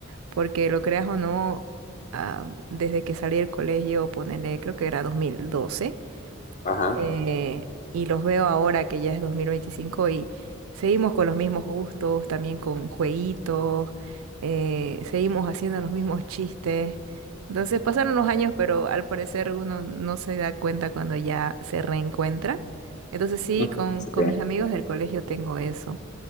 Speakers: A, on the right; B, on the left.
A: porque lo creas o no, ah, desde que salí del colegio, ponele, creo que era 2012.
B: Ajá.
A: eh, y los veo ahora que ya es 2025 y seguimos con los mismos gustos, también con jueguitos, eh, seguimos haciendo los mismos chistes. Entonces pasaron los años, pero al parecer uno no se da cuenta cuando ya se reencuentra. Entonces
B: <laughs>
A: sí, con, con
B: Sí.
A: mis amigos del colegio tengo eso.